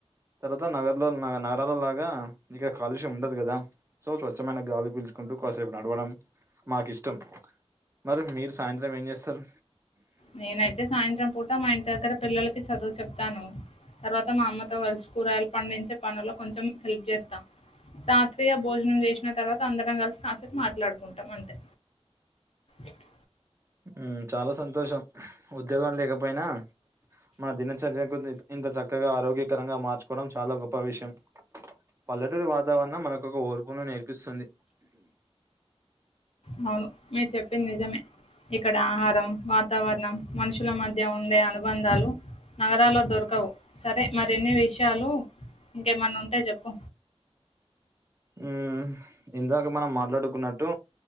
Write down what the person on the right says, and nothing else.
తర్వాత నగర్ లో నగరాల లాగా ఇక్కడ కాలుష్యం ఉండదు కదా సో స్వచ్ఛమైన గాలి పిల్ చ్కుంటూ కాసేపు నడవడం మాకు ఇష్టం మరి మీరు సాయంత్రం ఏం చేస్తారు
ఉం చాలా సంతోషం ఉద్యోగం లేకపోయినా మన దినచర్యకు ఇంత చక్కగా ఆరోగ్యకరంగా మార్చుకోవడం చాలా గొప్ప విషయం పల్లెటూరి వాతావరణం మనకు ఒక ఓర్పున నేర్పిస్తుంది
ఉం ఇందాక మనం మాట్లాడుకున్నట్టు